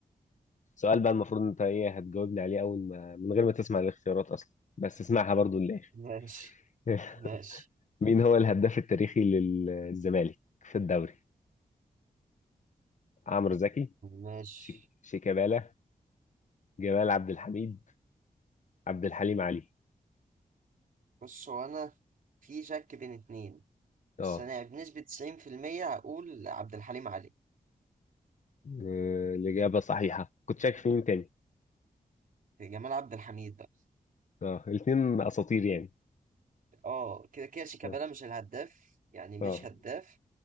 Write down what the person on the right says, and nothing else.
ماشي
ماشي
ماشي
بص هو أنا في شك بين اتنين بس
أنا بنسبة 90% هقول عبد الحليم علي
جمال عبد الحميد بقى
اه كده كده شيكابالا
مش الهداف يعني مش
هداف